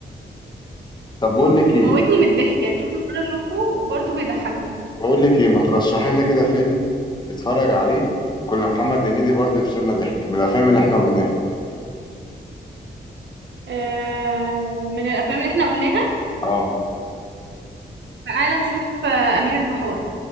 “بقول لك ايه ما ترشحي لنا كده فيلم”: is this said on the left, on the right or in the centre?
Left